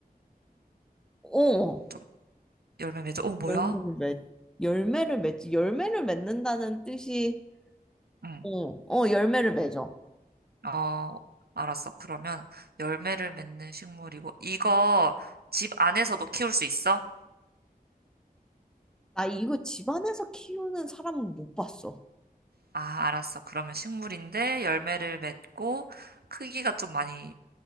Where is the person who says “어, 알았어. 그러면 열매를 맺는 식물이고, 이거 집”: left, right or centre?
Right